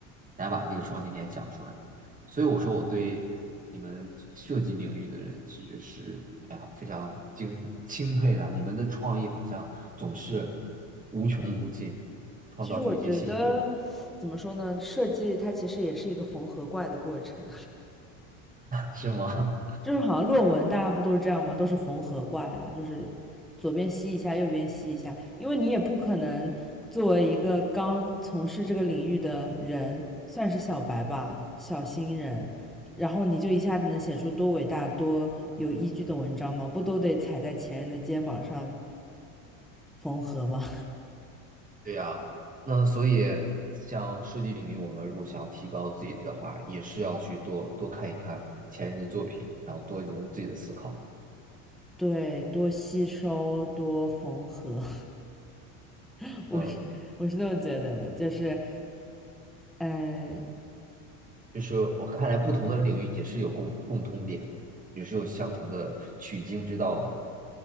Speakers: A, on the right; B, in the centre.
A: 来把这个创新点讲出来，所以我说我对你们设计领域的人其实是哎呀非常敬钦佩的，你们的创意好像总是无穷无尽，创造出一些新。
B: 其实我觉得，怎么说呢？设计它其实也是一个缝合怪的过程，
A: 是吗？
B: 就是好像论文大家不都是这样吗？都是缝合怪呀，就是左边吸一下，右边吸一下，因为你也不可能作为一个刚从事这个领域的人，算是小白吧，小新人，然后你就一下子能写出多伟大、多有依据的文章吗？不都得踩在前人的肩膀上缝合吗？
A: <laughs> 对呀，那所以像设计领域，我们如果想提高自己的话，也是要去多多看一看前人的作品，然后多融入自己的思考。
B: <laughs> 对，多吸收，多缝合，<laughs> 我是我是这么觉得的，
A: 嗯，
B: 就是嗯、呃
A: 就是我看来，不同的领域也是有共共通点，也是有相同的取经之道的。